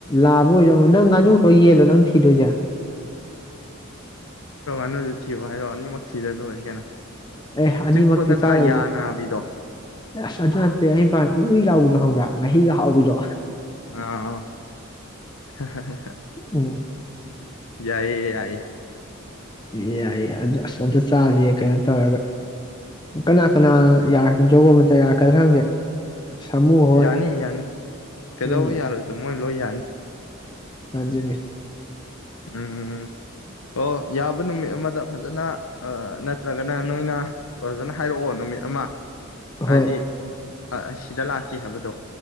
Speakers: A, on the left (about 20°); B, on the left (about 80°).
A: ꯂꯥꯛꯕ ꯑꯣꯏꯔꯣꯝꯨꯣ ꯅꯪ ꯉꯥꯅꯨꯨꯔꯣ ꯌꯦꯜꯂꯣ ꯅꯪ ꯊꯤꯗꯣꯏꯁꯦ
B: ꯅꯩꯅꯗꯨ ꯊꯤꯌꯣ ꯍꯥꯏꯔꯣ ꯑꯅꯤꯃꯛ ꯊꯤꯔ ꯂꯣꯏꯔꯦ ꯀꯩꯅꯣ
A: ꯑꯦ ꯑꯅꯤꯃꯛꯇꯤ
B: ꯆꯤꯛꯄꯗꯒ
A: ꯆꯥꯔꯣꯏꯁꯦ
B: ꯌꯥ ꯅꯥꯕꯤꯗꯣ
A: ꯑꯁ ꯑꯗꯨ ꯅꯠꯇꯦ ꯑꯩ ꯄꯥꯝ ꯎꯏ ꯎꯏ ꯂꯥꯎꯕꯗꯣ ꯍꯪꯕ꯭ꯔꯥ ꯃꯍꯤꯒ ꯍꯥꯎꯕꯤꯗꯣ
B: ꯑꯥ ꯍꯥꯍꯥꯍꯥꯍꯥ
A: ꯎꯝ
B: ꯌꯥꯏꯌꯦ ꯌꯥꯏ
A: ꯌꯥꯏꯑꯦ ꯑꯗꯣ ꯑꯁ ꯑꯝꯇ ꯆꯥꯁꯤꯌꯦ ꯀꯩꯅꯣ ꯇꯧꯔꯒ ꯀꯅꯥ ꯀꯅꯥ ꯌꯥ ꯖꯒꯣ ꯑꯃꯇ ꯌꯥꯔꯛꯀꯗ꯭ꯔ ꯈꯪꯗꯦ ꯁꯥꯃꯨ ꯍꯣꯏ
B: ꯌꯥꯅꯤ ꯌꯥꯅꯤ ꯀꯩꯗꯧꯕ
A: ꯎꯝ
B: ꯌꯥꯔꯣꯏꯗ ꯃꯣꯏ ꯂꯣꯏ ꯌꯥꯅꯤ
A: <unintelligible>
B: ꯎꯝ ꯑꯣ ꯌꯥꯕ ꯅꯨꯃꯤꯠ ꯑꯃꯗ ꯐꯖꯅ ꯑ ꯅꯠꯇ꯭ꯔꯒꯅ ꯅꯣꯏꯅ ꯐꯖꯅ ꯍꯥꯏꯔꯛꯑꯣ ꯅꯨꯃꯤꯠ ꯑꯃ ꯍꯥꯏꯗꯤ
A: ꯍꯣꯏ
B: ꯑꯥ ꯑꯁꯤꯗ ꯂꯥꯛꯀꯦ ꯍꯥꯏꯕꯗꯣ